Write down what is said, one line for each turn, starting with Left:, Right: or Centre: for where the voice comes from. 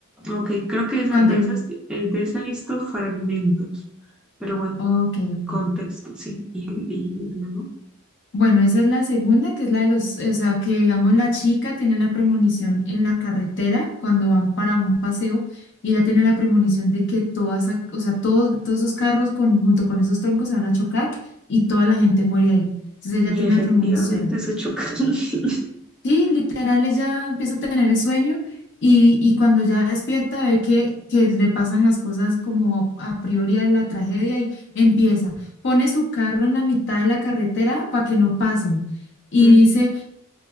Centre: Ok, creo que esa,
Left: Cuando...
Centre: de
Left: el-
Centre: esas, eh, de esa he visto fragmentos. Pero bueno,
Left: Ok, ok.
Centre: contexto, sí. Y, y luego.
Left: Bueno, esa es la segunda, que es la de los, o sea, que digamos la chica tiene la premonición en la carretera cuando van para un paseo y ella tiene la premonición de que todas, ac- o sea, todos, todos esos carros con, junto con esos troncos se van a chocar y toda la gente muere ahí. Entonces ella
Centre: Y
Left: tiene
Centre: efectivamente
Left: la premonición.
Centre: se chocan. <laughs>
Left: Sí, literal, ella empieza a tener el sueño y, y cuando ya despierta ve que, que le pasan las cosas como a priori a la tragedia y empieza, pone su carro en la mitad de la carretera para que no pasen y
Centre: Ujú,
Left: dice,